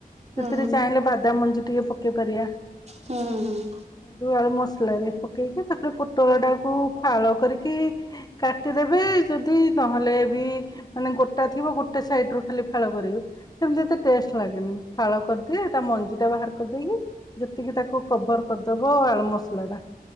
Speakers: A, on the left (about 25°); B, on the right (about 45°).
A: ସେଥିରେ
B: ଉଁ
A: ଚାଇଲେ ବାଦାମ ମଞ୍ଜି ଟିକେ ପକେଇ ପାରିଆ।
B: ହୁଁ ହୁଁ
A: <inaudible> ଜୋଉ ଆଳୁ ମସ୍ ମସଲା ରେ ପକେଇକି, ତାପରେ ପୋଟଳ ଟାକୁ ଫାଳ କରିକି କାଟିଦେବେ ଯଦି ନହେଲେ ବି, ମାନେ ଗୋଟା ଥିବ ଗୋଟେ ସାଇଟ ରୁ ଖାଲି ଫାଳ କରିବେ। ସେମତି ଏତେ ଟେଷ୍ଟ ଲାଗେନି। ଫାଳ କରିଦିଏ ତା ମଞ୍ଜି ଟା ବାହାର କରିଦେଇକି, ଯେତିକି ତାକୁ କଭର କର କରିଦବ ଆଳୁ ମସଲା ଟା।